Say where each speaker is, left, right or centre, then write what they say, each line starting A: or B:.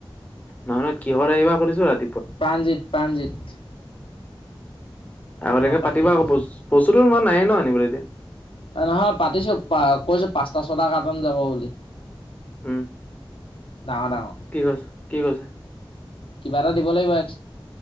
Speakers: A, on the left; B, on the left.
A: নহয় নহয় কিহত আহিবা সুধিছোঁ ৰাতি
B: প্ৰাণজিত প্ৰাণজিত।
A: আগতীয়াকে
B: অ প্ৰাণজিত
A: পাতিব আকৌ
B: ভাইচোন
A: ব বস্তুতো ইমান নায়েই ন আনিবলৈ এতিয়া।
B: নহয় পাতিছো প কৈছো পাঁচটা ছটা কাৰ্টুন যাব বুলি।
A: উম
B: ডাঙৰ ডাঙৰ
A: কি কৈছে কি কৈছে?
B: কিবা এটা দিব লাগিব এক